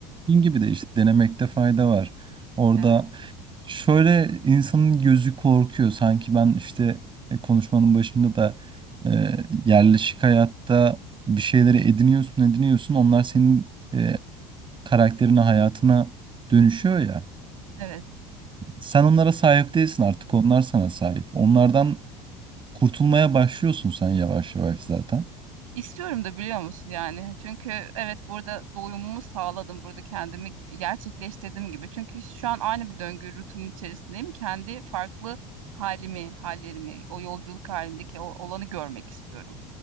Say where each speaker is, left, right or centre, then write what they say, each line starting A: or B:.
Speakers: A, on the right; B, on the right.
A: dediğin gibi de işte denemekte fayda var. Orada
B: evet,
A: Şöyle insanın gözü korkuyor. Sanki ben işte e, konuşmanın başında da e, yerleşik hayatta bir şeyleri ediniyorsun, ediniyorsun. Onlar senin e, karakterine, hayatına dönüşüyor ya.
B: evet.
A: Sen onlara sahip değilsin artık. Onlar sana sahip. Onlardan kurtulmaya başlıyorsun sen yavaş yavaş zaten.
B: İstiyorum da biliyor musun yani. Çünkü evet burada doyumumu sağladım. Burada kendimi gerçekleştirdiğim gibi. Çünkü şu an aynı bir döngü rutinin içerisindeyim. Kendi farklı halimi, hallerimi, o yolculuk halindeki o olanı görmek istiyorum.